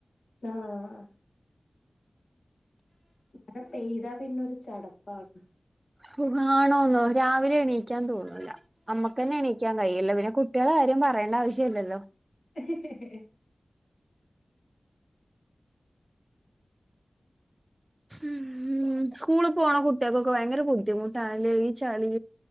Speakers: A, on the left; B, on the right.
A: ആഹ് ആഹ് മഴ പെയ്താ പിന്ന ഒരു ചടപ്പാണ്
B: സുഖാണോന്നോ രാവിലെ എണീക്കാൻ തോന്നൂല്ല അമ്മക്കന്നെ എണീക്കാൻ കൈയില്ല പിന്നെ കുട്ടിയാളെ കാര്യം പറേണ്ട ആവിശ്യല്ലല്ലോ
A: ഹ് ഹ് ഹ്
B: മ്മ് സ്കൂൾ പോണ കുട്ടിയാകൊക്ക ഭയങ്കര ബുദ്ധിമുട്ടാണ് ലെ ഈ ചളി